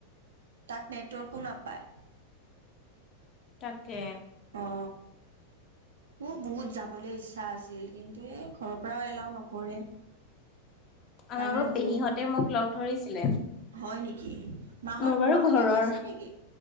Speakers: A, on the right (about 65°); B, on the left (about 35°).
A: তাত নেটৱৰ্কো নাপায়।
B: তাকে
A: অ', মোৰ বহুত যাবলৈ ইচ্ছা আছিল কিন্তু এই ঘৰৰ পৰাও এলাও নকৰে।
B: আমাৰ
A: তাৰমানে
B: বুৰ
A: বহুত
B: পেহীহঁতে মোক লগ ধৰিছিলে।
A: হয় নেকি মাহত
B: মোৰ বাৰু
A: মাহতি
B: ঘৰৰ
A: গৈছে নেকি